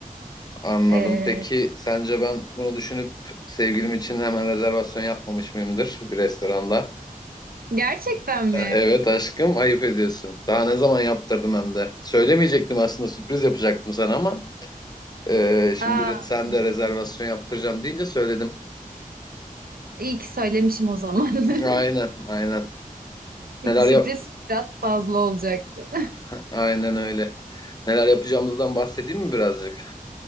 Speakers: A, on the left (about 25°); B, on the right (about 90°).
A: Anladım.
B: Ee,
A: Peki sence ben bunu düşünüp sevgilim için hemen rezervasyon yapmamış mıyımdır bir restoranda?
B: gerçekten mi?
A: E, Evet aşkım ayıp ediyorsun. Daha ne zaman yaptırdım hem de. Söylemeyecektim aslında sürpriz yapacaktım sana ama e, şimdi
B: Aa,
A: re- sen de rezervasyon yaptıracağım deyince söyledim.
B: iyi ki söylemişim o zaman. <laughs>
A: Aynen aynen.
B: İki
A: Neler
B: sürpriz
A: yap?
B: biraz fazla olacaktı.
A: <laughs> Aynen öyle. Neler yapacağımızdan bahsedeyim mi birazcık?